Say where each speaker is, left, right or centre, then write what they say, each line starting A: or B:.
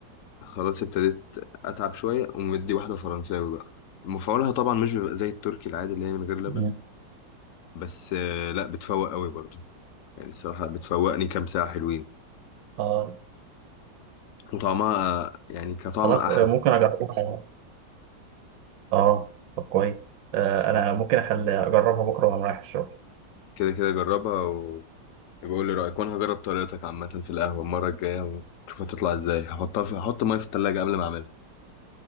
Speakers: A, on the left (about 65°); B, on the right (about 80°).
A: خلاص ابتديت اتعب شويه ومدي واحده فرنساوي بقى مفعولها طبعا مش بيبقى زي التركي العادي اللي هي من غير لبن
B: مم.
A: بس آه، لا بتفوق قوي برضو يعني الصراحه بتفوقني كام ساعه حلوين
B: اه
A: وطعمها آه، يعني كطعم
B: خلاص
A: احلى
B: آه، ممكن اجربها اه طب كويس آه انا ممكن اخلي اجربها بكره وانا رايح الشغل
A: كده كده جربها وبقول لي رايك وانا هجرب طريقتك عامه في القهوه المره الجايه ونشوف هتطلع ازاي هحطها في هحط ميه في التلاجة قبل ما اعملها